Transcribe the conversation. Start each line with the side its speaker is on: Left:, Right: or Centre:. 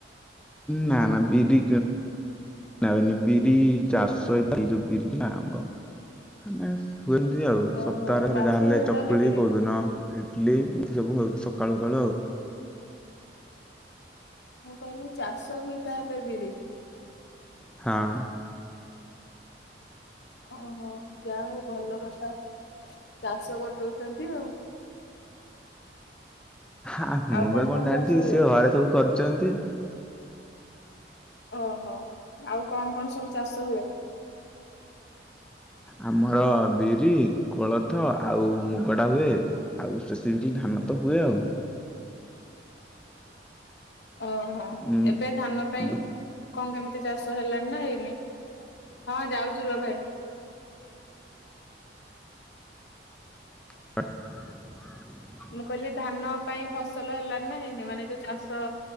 Centre: ନା ନା ବିରି ନାନି ବିରି ଚାଷହ ଏ ଏଇ ଯୋ ବିରି ନା ଆମବ <unintelligible> ମାନେ ହୁଏନ୍ତି ଆଉ
Left: ଓହୋ
Centre: ସପ୍ତାହରେ
Left: ଚାଷ
Centre: ଥରେ ଯାହା ହେେଲେ
Left: ହୁଏ ତାହେଲେ
Centre: ଚକୁଳି
Left: ବିରି
Centre: କୋଉଦିନ ଇଡଲି ଏମିତି ସବୁ ହଉଛି ସକାଳୁ ସକାଳୁ ଆଉ।
Left: ମୁଁ କହିଲି ଚାଷ ହୁଏ ତାହେଲେ ବିରି?
Centre: ହଁ।
Left: ଓହୋ ଯାହା ହଉ ଭଲ କଥା ଚାଷ କରିଦଉଛନ୍ତି ଆଉ।
Centre: ଆ ମୁଁ
Left: ଆଉ
Centre: ତ କଣ ଜାଣିଛି
Left: ଚାଷ ହୁଏ?
Centre: ସେ ଘରେ ସବୁ କରିଛନ୍ତି।
Left: ଓହୋ ଆଉ କଣ କଣ ସବୁ ଚାଷ ହୁଏ?
Centre: ଆମର ବିରି, କୋଳଥ ଆଉ ମୁଗଡ଼ା ହୁଏ। ଆଉ ସ୍ପେସିଫିକାଲି ଧାନ ତ ହୁଏ ଆଉ।
Left: ଓହୋ
Centre: ଉଁ
Left: ଏବେ ଧାନ ପାଇଁ
Centre: ବୁ-
Left: କଣ କେମିତି ଚାଷ ହେଲାଣି ନା ହେଇନି? ହଁ ଯାଉଛି ରୁହ ଭାଇ।
Centre: ହ <unintelligible>
Left: ମୁଁ କହିଲି ଧାନ ପାଇଁ ଫସଲ ହେଲାନ ନା ହେଇନି ମାନେ ଯୋଉ ଚାଷ